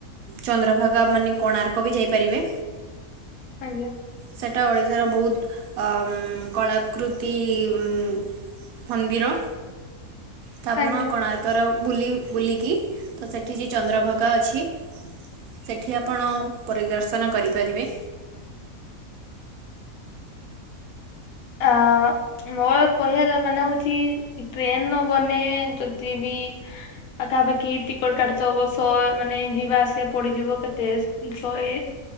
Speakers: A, on the right; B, on the left.
A: ଚନ୍ଦ୍ରଭାଗା ମାନେ କୋଣାର୍କ ବି ଯାଇପାରିବେ।
B: ଆଜ୍ଞା
A: ସେଟା ଓଡ଼ିଶାର ବହୁତ ଅ କଳାକୃତି ଉଁ ମନ୍ଦିର ତ ଆପଣ
B: ଆଜ୍ଞା
A: କୋଣାର୍କର ବୁଲି ବୁଲିକି ତ ସେଠି ଯେ ଚନ୍ଦ୍ରଭାଗା ଅଛି। ସେଠି ଆପଣ ପରିଦର୍ଶନ କରିପାରିବେ।
B: ଆ ମୋର କହିବାର ମାନେ ହଉଛି ଟ୍ରେନ ନ ଗନେ ଯଦି ବି ପାଖାପାଖି ଟିକଟ କାଟୁଥିବ ସ ମାନେ ଯିବା ଆସିବା ପଡ଼ିଯିବ କେତେ? ଶହେ